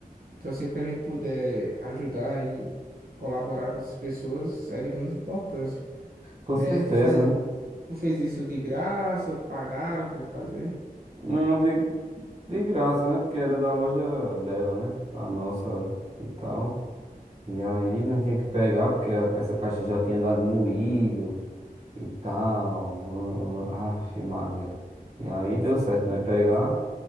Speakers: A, on the right; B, on the right.
A: Então, sempre que a gente puder ajudar e colaborar com essas pessoas, é de grande importância.
B: com
A: É,
B: certeza,
A: tu faz,
B: né?
A: tu fez isso de graça, pagaram pra fazer?
B: Não, digo. De graça, né? Porque era da loja dela, né? A nossa e tal. E aí nós tinha que pegar, porque a- essa caixa já tinha dado moído e tal. Aff, Maria. E aí deu certo nós pegar.